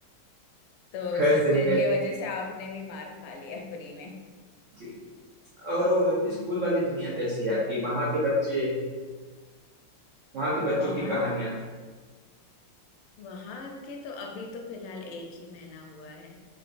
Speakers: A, on the left; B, on the right.
A: तो
B: खैर
A: उस,
B: सही
A: उनके
B: है
A: वजह से आपने भी मार खा लिया फ्री में
B: जी और वो
A: हम्म।
B: स्कूल वाली दुनिया कैसी है आपकी वहां के बच्चे वहां के बच्चों
A: वहां
B: की कहानियां
A: वहां के तो अभी तो फिलहाल एक ही महीना हुआ है